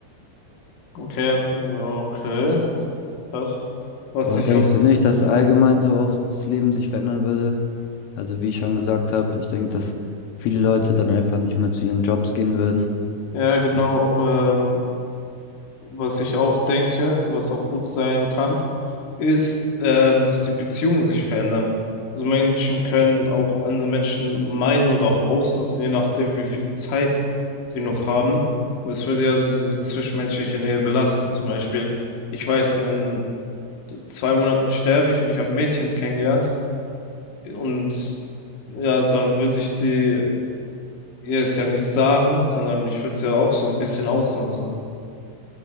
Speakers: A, on the left; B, on the left.
A: Okay, ja, okay. Passt. Was
B: Aber
A: ich
B: denkst
A: auch,
B: du nicht, dass allgemein so auch das Leben sich verändern würde? Also wie ich schon gesagt habe, ich denke, dass viele Leute dann einfach nicht mehr zu ihren Jobs gehen würden.
A: ja genau,
B: Oh,
A: ähm, was ich auch denke, was auch gut sein kann, ist, ähm, dass die Beziehungen sich verändern. Also Menschen können auch andere Menschen meiden oder auch ausnutzen, je nachdem, wie viel Zeit sie noch haben. Und Das würde ja so diese zwischenmenschliche Nähe belasten. Zum Beispiel, ich weiß, in zwei Monaten sterbe ich und ich habe ein Mädchen kennengelernt und ja, dann würde ich die ihr es ja nicht sagen, sondern ich würde es ja auch so ein bisschen ausnutzen.